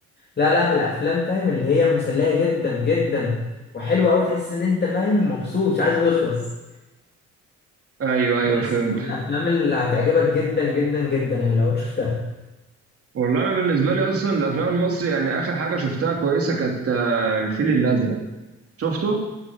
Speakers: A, on the left (about 35°); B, on the right (about 50°).
A: لا لا من الافلام فاهم اللي هي مسليه جدا جدا وحلوه قوي تحس ان انت فاهم مبسوط مش عايزه يخلص
B: ايوه ايوه
A: بس
B: فهمت
A: من الافلام اللي هتعجبك جدا جدا جدا يعني لو شفتها
B: والله انا بالنسبه لي اصلا الافلام المصري يعني اخر حاجه شفتها كويسه كانت آه، الفيل الازرق شفته